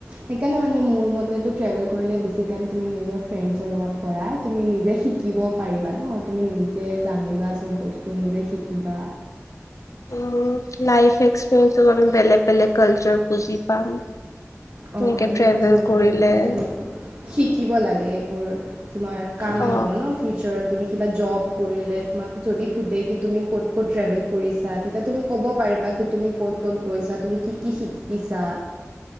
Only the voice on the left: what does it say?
অ লাইফ এক্সপেৰিয়েঞ্চত আমি বেলেগ বেলেগ কালচাৰ বুজি পাম। এনেকে
ট্ৰেভেল
কৰিলে।
অ